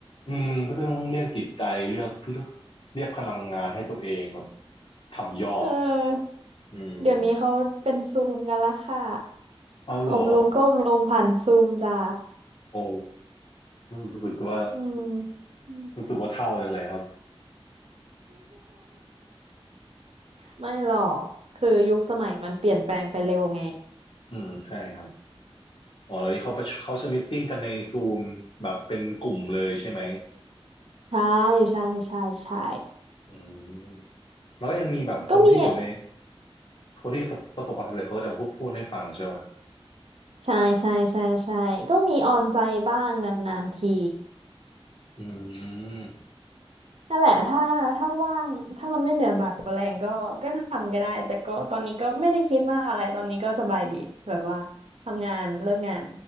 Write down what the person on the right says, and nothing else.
เออ
เดี๋ยวนี้เขาเป็นซูมกันละค่ะ
อบรมก็อบรมผ่านซูมจ้า
อืม <laughs> อืม
ไม่หรอกคือยุคสมัยมันเปลี่ยนแปลงไปเร็วไง
ใช่ใช่ใช่ใช่
ก็มี
ใช่ใช่ใช่ใช่ก็มีออนไซต์บ้างนานๆที
นั่นแหละถ้าถ้าว่างถ้ามันไม่เหนือบากกว่าแรงก็ก็ทำก็ได้แต่ก็ตอนนี้ก็ไม่ได้คิดมากอะไรตอนนี้ก็สบายดีแบบว่าทำงานเลิกงาน